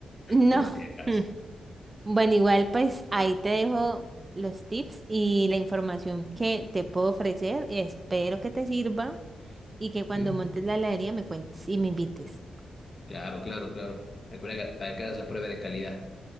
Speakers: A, on the right; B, on the left.
A: No.
B: por si acaso.
A: mm. Bueno, igual pues ahí te dejo los tips y la información que te puedo ofrecer. Espero que te sirva y que
B: Ujú.
A: cuando montes la heladería me cuentes y me invites.
B: Claro, claro, claro. Recuerda que para que hagas la prueba de calidad.